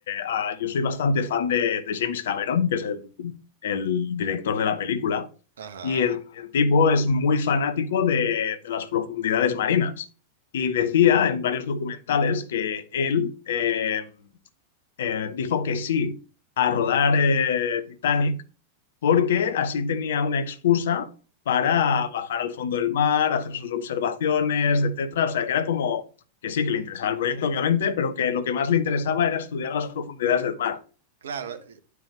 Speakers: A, on the left (about 60°); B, on the right (about 65°).
A: ah, yo soy bastante fan de, de James Cameron, que es el, el director de la película,
B: Ajá.
A: y el, el tipo es muy fanático de, de las profundidades marinas. Y decía en varios documentales que él eh, eh, dijo que sí a rodar eh, Titanic porque así tenía una excusa para bajar al fondo del mar, hacer sus observaciones, etcétera. O sea, que era como que sí, que le interesaba el proyecto, obviamente, pero que lo que más le interesaba era estudiar las profundidades del mar.
B: Claro, eh,